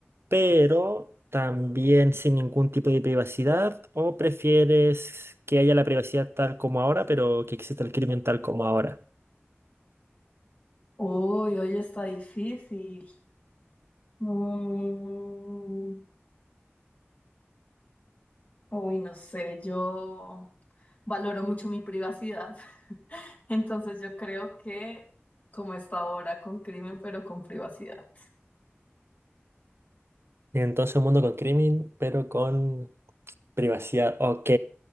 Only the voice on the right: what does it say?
pero también sin ningún tipo de privacidad? ¿O prefieres que haya la privacidad tal como ahora, pero que exista el crimen tal como ahora?
Entonces, un mundo con crimen, pero con privacidad. Ok,